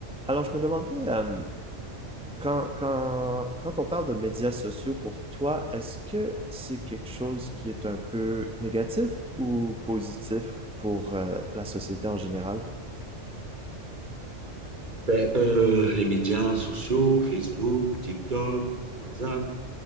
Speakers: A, in the centre; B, on the right.
A: Alors, je me demandais, euh, quand, quand, quand on parle de médias sociaux pour toi, est-ce que c'est quelque chose qui est un peu négatif ou positif pour euh, la société en général?
B: Ben, euh, les médias sociaux, Facebook, TikTok, WhatsApp,